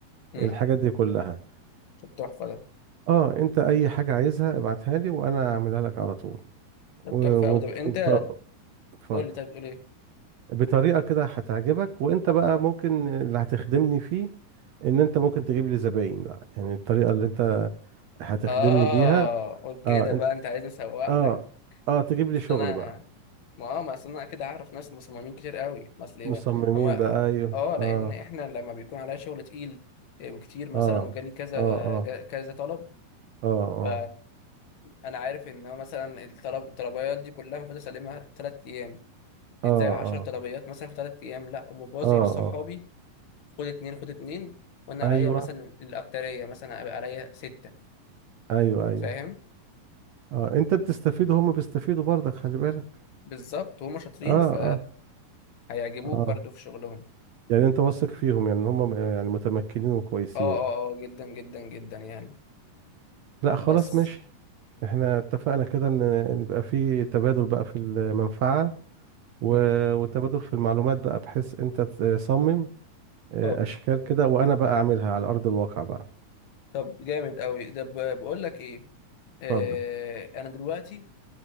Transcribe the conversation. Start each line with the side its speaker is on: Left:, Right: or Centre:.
Left: مم.
Right: الحاجات دي كلها
Left: طب تحفه ده
Right: اه انت اي حاجة عايزها ابعتها لي وانا اعملها لك على طول
Left: طب
Right: و-
Left: تحفه او
Right: وبت...
Left: ده انت
Right: وبت... اتفضل
Left: قول لي طيب قول ايه
Right: بطريقة كده هتعجبك وانت بقى ممكن اللي هتخدمني فيه ان انت ممكن تجيب لي زباين بقى يعني الطريقة اللي انت هتخدمني
Left: اه
Right: بيها
Left: قول كده
Right: اه انت
Left: بقى انت عايزني اسوق
Right: اه
Left: لك
Right: اه تجيب لي
Left: اصل
Right: شغل
Left: انا
Right: بقى
Left: ما اه ما اصل انا اكيد اعرف ناس مصممين كتير قوي ما اصل
Right: مصممين
Left: هو
Right: بقى ايوه
Left: اه لان
Right: اه
Left: احنا لما بيكون عليا شغل تقيل آه، وكتير مثلا
Right: اه
Left: وجالي كذا
Right: اه اه
Left: جا- كذا طلب
Right: اه
Left: ب... انا عارف ان هو مثلا الطلب الطلبيات دي كلها المفروض اسلمها ثلاث ايام
Right: اه
Left: ازاي
Right: اه
Left: 10
Right: اه
Left: طلبيات مثلا في ثلاث ايام لا ومبازي
Right: اه
Left: لصحابي
Right: اه
Left: خد اتنين خد اتنين وانا
Right: ايوه
Left: عليا مثلا الاكتريه مثلا هيبقى عليا سته
Right: ايوه ايوه
Left: فاهم
Right: اه انت بتستفيد وهم بيستفيدوا برضك خلي بالك
Left: بالظبط وهم شاطرين
Right: اه
Left: ف
Right: اه
Left: هيعجبوك
Right: اه
Left: برضو في شغلهم
Right: يعني انت واثق فيهم يعني هم يعني متمكنين وكويسين
Left: اه اه اه جدا جدا جدا يعني
Right: لا خلاص
Left: بس
Right: ماشي احنا اتفقنا كده ان نبقى في تبادل بقى في المنفعة و...
Left: مم.
Right: وتبادل في المعلومات بقى بحيث انت تصمم آه،
Left: اه
Right: اشكال كده وانا بقى اعملها على ارض الواقع بقى
Left: طب جامد قوي ده ب- بقول لك ايه آه
Right: اتفضل
Left: انا دلوقتي